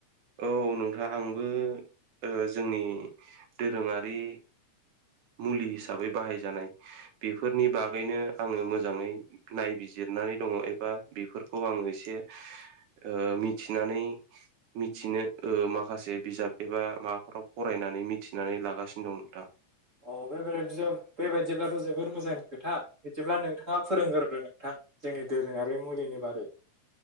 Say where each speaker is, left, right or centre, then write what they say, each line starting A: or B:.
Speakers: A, on the right (about 85°); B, on the right (about 30°).
A: औ नोंथां आंबो ओ जोंनि दोरोंङारि मुलि हिसाबै बाहायजानाय बेफोरनि बागैनो आंङो मोजांङै नायबिजिरनानै दङ' एबा बेफोरखौ आंङो एसे ओ मिथिनानै मिथिनो ओ माखासे बिजाब एबा माबाफोराव फरायनानै मिथिनानै लागासिनो दं नोंथां
B: अ बे बेबायदिब्लाथ' जोबोर मोजांनि खोथा बिदिब्ला नोंथाङा फोरोंग्रोदो नोंथां जोंनि दोरोंङारि मुलिनि बागै